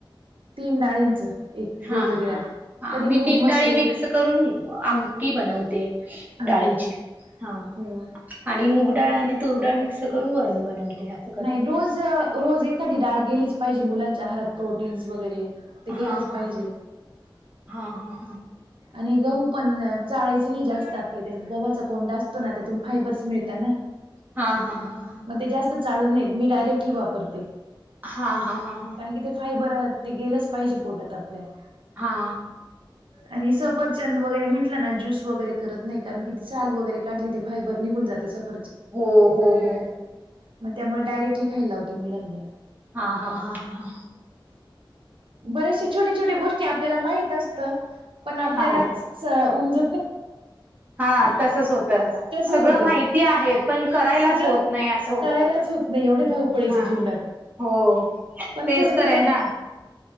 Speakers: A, on the right; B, on the right.
A: तीन डाळींच एक
B: हा
A: वेगवेगळ्या
B: हा. हा
A: कधी
B: मी
A: मूग
B: तीन
A: मसूर
B: डाळी मिक्स करून आमटी बनवते
A: आमटी
B: डाळीची हा
A: हो.
B: आणि मुगडाळ आणि तूर डाळ मिक्स करून वरून बनवते असं करते.
A: नाही रोज रोज एखादी डाळ गेलीच पाहिजे मुलांच्या आारात प्रोटीन्स वगैरे ते गेलंच
B: हा हा
A: पाहिजे.
B: हा हा हा हा
A: आणि गहू पण चाळायचे नाही जास्त
B: हा.
A: आपल्या त्या गव्हाचा कोंडा असतो ना त्यातून फायबर्स मिळतो
B: हा हा हा
A: मग ते जास्त चालून नाही मी डायरेक्टली वापरते
B: हा हा हा हा हा
A: कारण की ते फायबर ते गेलंच पाहिजे पोटात आपल्या
B: हा
A: आणि सफरचंद वगैरे म्हंटलं ना ज्यस वगैरे करत नाही कारण कील वगैरे काढली ते फायबर निघून जात सर
B: हो हो हो
A: मग त्यामुळे डायरेक्टली खायला लावते मुलांना
B: हा हा हा हा हा
A: बरेचसे छोट्या छोट्या गोष्टी आपल्याला माहित असत पण आपल्याला
B: हा
A: उमज
B: हा तसच होत
A: तसं
B: सगळं
A: होतं.
B: माहिती आहे पण करायलाच
A: सगळं
B: होत नाही असं होत
A: करायलाच होत नाही एवढे धावपळ धापळीच्या
B: हा
A: जीवनाात
B: हो
A: पण
B: तेच
A: थोडं
B: तर
A: थोडं
B: आहे ना